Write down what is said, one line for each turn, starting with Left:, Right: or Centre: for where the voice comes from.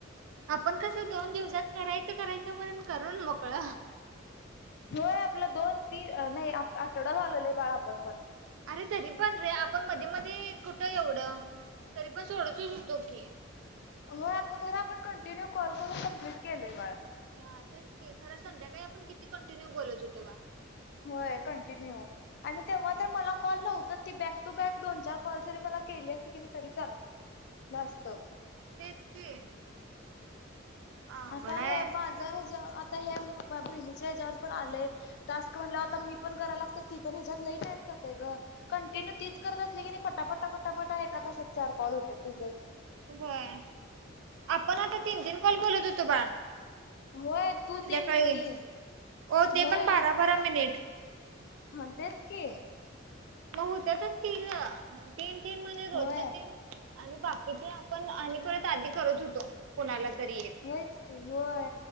Right: पण कसं दोन दिवसात करायचं करायचं म्हण करून मोकळ
Left: होय आपलं दोन तीन नाही आठवडा झालेला आहे बाळ आपल पण
Right: अरे तरी पण रे आपण मधी मधी कुठं एवढं तरी पण सोडतच होतेकी
Left: होय खरं आपण कंटिन्यू कॉल करून कमप्लीट केलंय बाळा
Right: हा तेच ते खरं संध्याकाळी आपण किती कंटिन्यू बोलवत होतो बा
Left: होय कंटिन्यू आणि तेव्हा तर मला कॉल नव्हत ती बॅक टू बॅक दोन चार कॉल जरी मला केली असते की नाही तरी चालल असत.
Right: तेच की अवघड
Left: आता
Right: आहे.
Left: हे माझ हे ज हे बहिणीच्या ह्याच्यावर पण आलंय टास्क म्हणल्यावर मी पण करायला लागते ती पण ह्याच्यात नाही ग कंटिन्यू तीच करत असली की नाही पटापटा पटाटा एका तासात चार कॉल होतात तीच
Right: होय आपण आता तीन दिन कोल बोलत होतो बा
Left: होय तू
Right: संध्याकाळी
Left: तीन मी तीन
Right: ओ ते
Left: होय.
Right: पण बारा बारा मिनिट
Left: हा तेच की,
Right: मग हुत्यातच की ग तीन तीन म्हणजे रोजचे
Left: होय
Right: तीन आणि बाकीचे आपण आणि परत आधी करत होतो कुणाला तरी एक
Left: होयच की होय